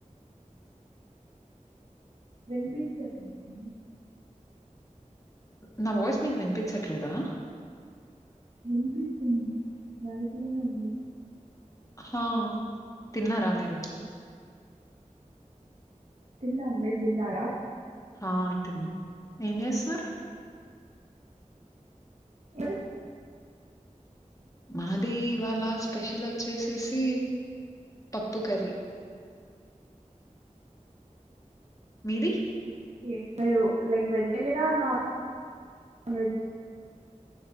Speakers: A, on the right; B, on the left.
A: వినిపించట్లేదా
B: నా వాయిస్ మీకు వినిపించట్లేదా
A: వినిపిస్తుంది క్లారిటీ గానే ఉంది
B: హ తిన్నారా మీరు
A: తిన్నమ్ మీర్ తిన్నారా
B: ఆ తిన్నా ఏం చేస్తున్నారు
A: ఏడు
B: మాది ఇవాళ స్పెషల్ వచ్చేసేసి పప్పు కర్రీ మీది
A: ఓకే <unintelligible> లైక్ వెజిటేరియన్ ఆ లేక నాన్ వెజ్